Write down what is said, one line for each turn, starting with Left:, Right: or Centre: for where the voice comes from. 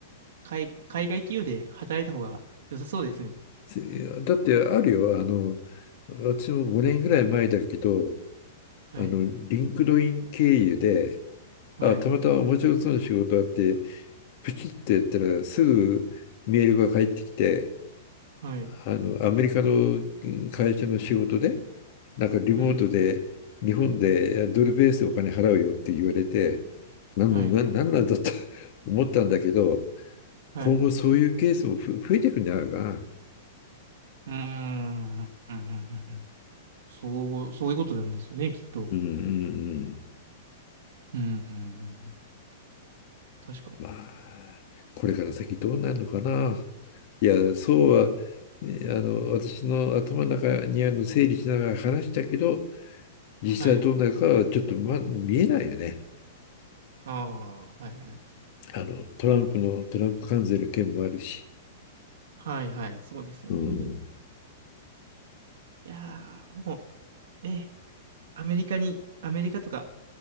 Right: 海、海外企業で働いた方が良さそうですね。
Left: せだってあるよ、あの、私も5年ぐらい前だけど、
Right: はい。
Left: あの、リンクドイン経由で、
Right: はい。
Left: あ、たまたま面白そうな仕事あって、プチッとやったらすぐメールが返ってきて、
Right: はい。
Left: あの、アメリカのうん会社の仕事で、なんかリモートで日本でドルベースでお金払うよって言われて、
Right: うん。
Left: なんなん、
Right: はい。
Left: なんなんなんだと <laughs> 思ったんだけど、
Right: はい。
Left: 今後そういうケースもふ増えてくんじゃないかな。
Right: うーん。うん。うん。うん。そう、そういうことなんですよね、きっと。
Left: うんうんうん。
Right: うん、うんうん確かに。
Left: まあ、これから先どうなるのかな。いや、そうは、あの、私の頭の中にある整理しながら話したけど、実際どうなるかはちょっと、
Right: はい。
Left: ま、見えないよね。
Right: ああ、はいはい。
Left: あの、トランプの、トランプ関税の件もあるし。
Right: はいはい、そうですよね。
Left: うん、
Right: いやー、僕もう、ね、アメリカに、アメリカとか